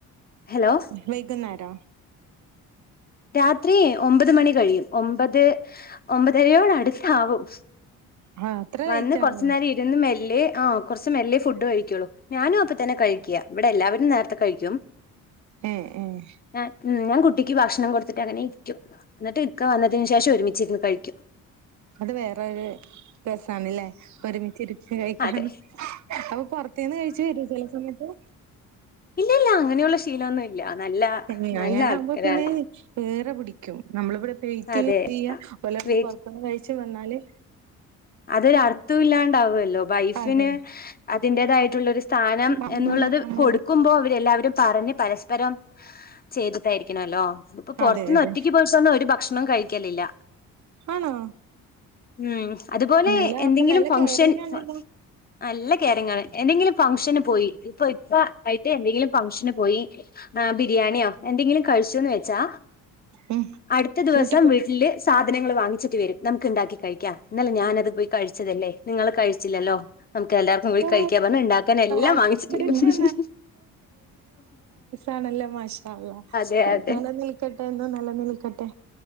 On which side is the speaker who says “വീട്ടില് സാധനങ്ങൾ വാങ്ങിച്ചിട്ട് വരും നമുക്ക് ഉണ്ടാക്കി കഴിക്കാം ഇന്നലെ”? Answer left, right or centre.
Left